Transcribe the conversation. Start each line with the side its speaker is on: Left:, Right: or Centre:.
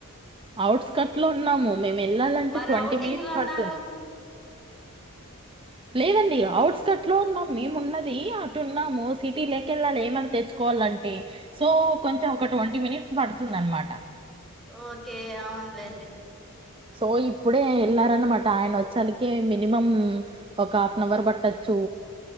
Right: అవుట్స్కట్ లో ఉన్నాము మేము వెళ్ళాలంటే
Centre: మరి
Right: ట్వంటీ
Centre: ఔటింగ్లు
Right: మినిట్స్
Centre: అన్నారు
Right: పడుతుంది <inaudible> లేదండి అఔట్స్కట్ లో ఉన్నాం మేము ఉన్నది అటు ఉన్నాము సిటీలోక వెళ్ళాలి ఏమైన్నా తెచ్చుకోవాలన్న అంటే సో కొంచెం ఒక ట్వంటీ మినిట్స్ పడుతుంది అనమాట
Centre: ఓకే అవునులేండి
Right: సో ఇప్పుడే వెళ్లారనమాట ఆయన వచ్చానికి మినిమం ఒక హాఫ్ అన్ అవర్ పట్టచ్చ చు